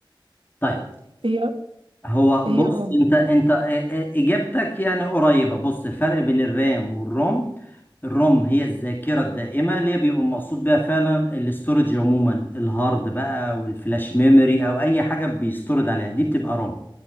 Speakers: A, on the left; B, on the right.
A: طيب
B: إيه هي
A: هو
B: إيه هي
A: بص
B: الرام
A: انت انت اجابتك يعني قريبه بص الفرق بين الرام والروم الروم هي الذاكره الدائمه اللي هي بيبقى مقصود بيها فعلا الاستورج عموما الهارد بقى والفلاش ميموري او اي حاجه بيستورد عليها دي بتبقى روم